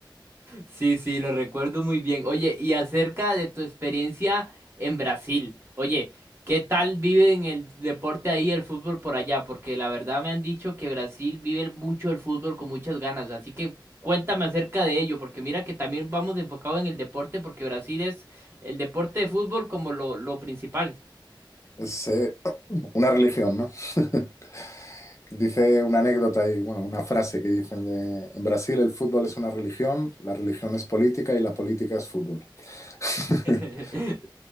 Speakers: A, on the right; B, on the left.
A: Sí, sí, lo recuerdo muy bien. Oye, y acerca de tu experiencia en Brasil, oye, ¿qué tal viven el deporte ahí, el fútbol por allá? Porque la verdad me han dicho que Brasil vive mucho el fútbol con muchas ganas, así que cuéntame acerca de ello, porque mira que también vamos enfocados en el deporte, porque Brasil es el deporte de fútbol como lo, lo principal.
B: Es eh, <coughs> una religión, ¿no? <laughs> Dice una anécdota y, bueno, una frase que dicen de, en Brasil el fútbol es una religión, la religión es política y la política es fútbol. <laughs>
A: <laughs>